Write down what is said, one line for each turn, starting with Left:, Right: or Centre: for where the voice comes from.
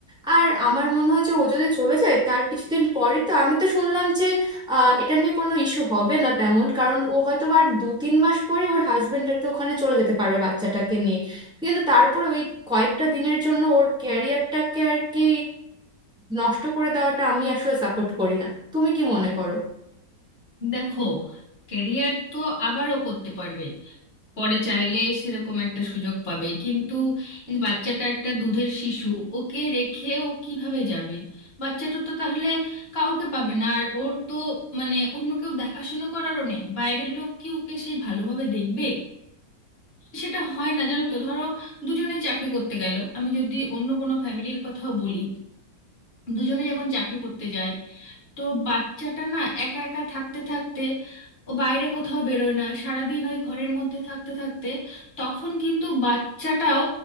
Centre: আর আমার মনে হয় যে ও যদি চলে যায় তার কিছুদিন পরই তো আমি তো শুনলাম যে আহ, এটা নিয়ে কোনো ইস্যু হবে না তেমন কারণ ও হয়তো বা আর দু তিন মাস পরে ওর হাজবেন্ড আর কি ওখানে চলে যেতে পারবে বাচ্চাটাকে নিয়ে কিন্তু তারপর ওই কয়েকটা দিনের জন্য ওর ক্যারিয়ারটাকে আর কি নষ্ট করে দেওয়াটা আমি আসলে সাপোর্ট করি না তুমি কি মনে করো
Left: দেখো ক্যারিয়ার তো আবারও করতে পারবে পরে চাইলে সেরকম একটা সুযোগ পাবে কিন্তু এই বাচ্চাটা একটা দুধের শিশু ওকে রেখে ও কিভাবে যাবে বাচ্চাটা তো তাহলে কাউকে পাবে না আর ওর তো মানে অন্য কেউ দেখাশুনো করারও নেই বাইরের লোক কি ওকে সেই ভালোভাবে দেখবে সেটা হয় না জানো তো ধরো দুজনেই চাকরি করতে গেল আমি যদি অন্য কোনো ফ্যামিলির কথাও বলি দুজনে যখন চাকরি করতে যায় তো বাচ্চাটা না একা একা থাকতে থাকতে ও বাইরে কোথাও বেরোয় না সারাদিন ওই ঘরের মধ্যে থাকতে থাকতে তখন কিন্তু বাচ্চাটাও